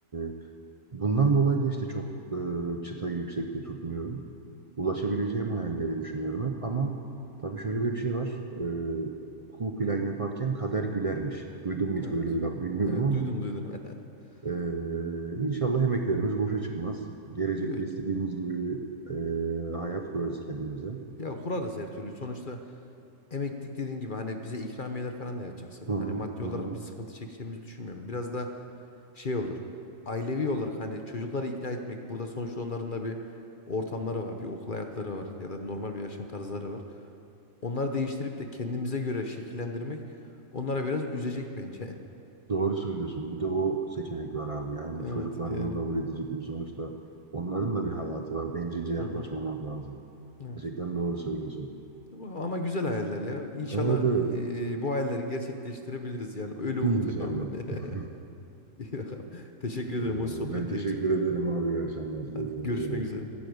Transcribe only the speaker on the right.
Ee, Bundan dolayı da işte çok e, çıtayı yüksekte tutmuyorum. Ulaşabileceğim
hayalleri düşünüyorum hep ama tabii şöyle de bir şey var. E, kul plan yaparken kader gülermiş. Duydun mu hiç
böyle bir laf bilmiyorum
ama
e, inşallah emeklerimiz boşa çıkmaz. Gelecekte
istediğimiz gibi bir e, hayat kurarız kendimize.
Hı hı,
hı
hı.
Doğru söylüyorsun. Bir de o seçenek var abi. Yani
çocuklar
bunu kabul edecek mi? Sonuçta onların da bir hayatı var. Bencilce yaklaşmamak
lazım.
Gerçekten doğru söylüyorsun.
Evet evet.
İnşallah.
<laughs>
Ee,
ben teşekkür
ederim abi. İyi akşamlar. Görüşmek
üzere.